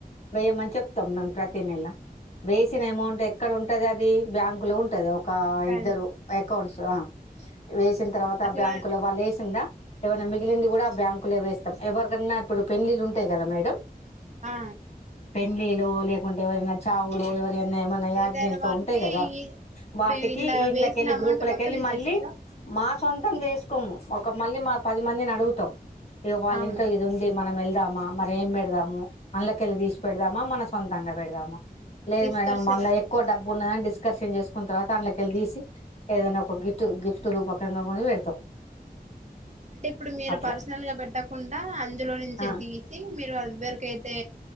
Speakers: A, on the left (about 45°); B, on the right (about 50°).
A: వెయ్యి మన్ చెప్తం మేం ప్రతి నెలా వేసిన అమౌంట్ ఎక్కడ ఉంటది అది బ్యాంకు లో ఉంటది ఒ ఒకా
B: బ్యాంక్
A: ఇద్దరు అకౌంట్స్ ఆ వేసిన తర్వాత
B: అట్లా
A: బ్యాంకు లో వాళ్ళు ఎసిందా ఏమైనా మిగిలింది కూడా బ్యాంకులు వేస్తాం ఎవరికన్నా ఇప్పుడు పెళ్లిళ్లు ఉంటయి గదా మేడం
B: ఆ
A: పెండ్లిలు లేకుంటే ఎవరైనా చావులు ఎవరైనా ఏమైనా యాక్డెంట్లు
B: ఏదైనా వాటికి
A: ఉంటయి గదా
B: ఇప్పుడు
A: వాటికి
B: ఇలా
A: ఇండ్లకెళ్ళి
B: వేసిన అమౌంట్
A: గ్రూపులకెళ్ళి
B: మొత్తం ఇచ్చేస్తారా
A: మళ్ళీ మా సొంతం చేసుకోము ఒక మళ్ళీ మా పది మందిని అడుగుతాం ఇగ వాళ్ళ
B: అవును
A: ఇంట్లో ఇది ఉంది మనం ఎల్ దామా మరి ఏం పెడదాము అండ్లకెళ్ళి తీశి మా మన సొంతంగా పెడదామా లేదు
B: డిస్కర్షన్
A: మేడం మన ఎక్కువ డబ్ ఉన్నదని డిస్కర్షన్ చేసుకున్న తర్వాత అండ్లకెళ్లి తీసి ఏదైనా ఒక గిఫ్ట్ గిఫ్ట్ రూపకంగా కొని పెడతాం
B: అంటే ఇప్పుడు మీరు
A: అట్లా
B: పర్సనల్ గా పెట్టకుండా అందులో నుంచే
A: ఆ
B: తీసి మీరు అ ఎవరికైతే